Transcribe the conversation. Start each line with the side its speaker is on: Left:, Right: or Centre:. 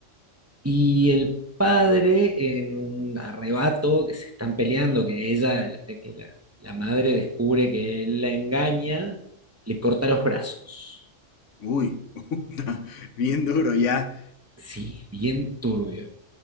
Right: y el padre en un arrebato que se están peleando, que ella, la- que la, la madre descubre que él la engaña, le corta los brazos.
Left: Uy, <laughs> bien duro ya.
Right: Sí, bien turbio.